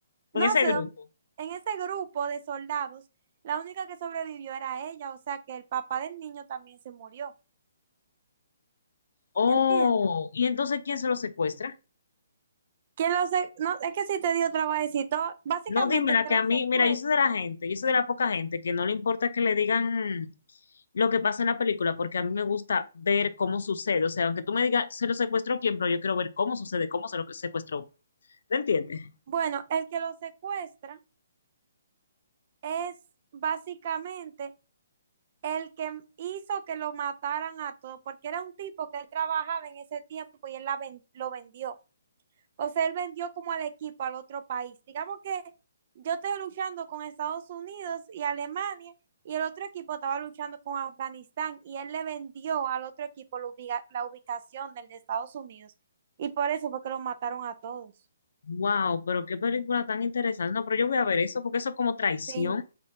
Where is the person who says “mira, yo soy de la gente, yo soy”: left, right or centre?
Left